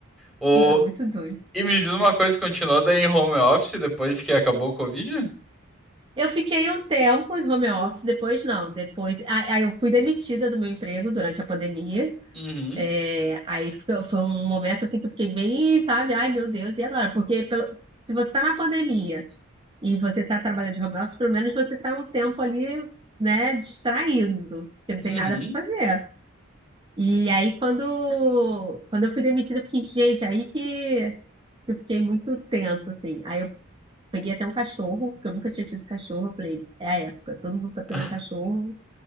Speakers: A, in the centre; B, on the right (about 25°).
A: O,
B: Não, muito doido.
A: e me diz uma coisa, continuou daí em home office depois que acabou o Covid?
B: Eu fiquei um tempo em home office, depois não. Depois, aí aí eu fui demitida do meu emprego durante a pandemia.
A: Uhum,
B: É, aí fica- foi um momento assim que eu fiquei bem, sabe? Ai, meu Deus, e agora? Porque pelo- se você está na pandemia E você está trabalhando de home office, pelo menos você está um tempo ali, né, distraído, porque não tem
A: uhum.
B: nada para fazer. E aí, quando, quando eu fui demitida, eu fiquei, gente, aí que eu fiquei muito tensa, assim. Aí eu peguei até um cachorro, porque eu nunca tinha tido cachorro. Eu falei, é a época, todo mundo tá pegando
A: <laughs>
B: cachorro,